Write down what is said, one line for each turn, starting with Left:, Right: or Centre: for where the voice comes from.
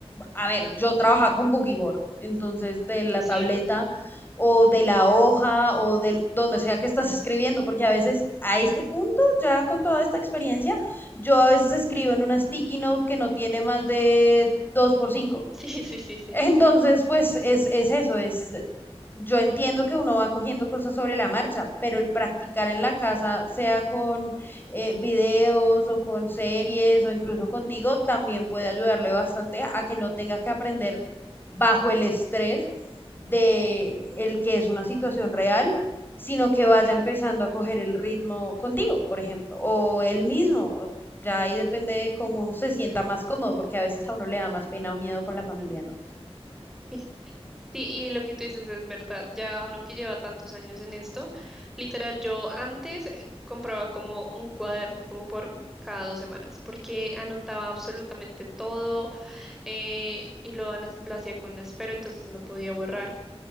Left: a ver, yo trabajaba con Boogie Board, entonces de la
Centre: Sí,
Left: tableta o de la hoja o del donde sea que estás escribiendo, porque a veces a este punto, ya con toda esta experiencia, yo a veces escribo en una sticky note que no tiene más de 2 por 5.
Centre: <laughs> sí, sí, sí, sí.
Left: Entonces, pues es, es eso, es, eh, yo entiendo que uno va cogiendo cosas sobre la marcha, pero el practicar en la casa, sea con eh, videos o con series o incluso contigo, también puede ayudarle bastante a que no tenga que aprender bajo el estrés de el que es una situación real, sino que
Centre: Ujú.
Left: vaya empezando a coger el ritmo contigo, por ejemplo, o él mismo. Ya ahí depende de cómo uno se sienta más cómodo, porque a veces a uno le da más pena o miedo con la familia, ¿no?
Centre: Y- Sí, y lo que tú dices es verdad. Ya uno que lleva tantos años en esto, literal, yo antes eh, compraba como un cuaderno como por cada dos semanas, porque anotaba absolutamente todo eh, y lo, anas- lo hacía con esfero, entonces no podía borrar.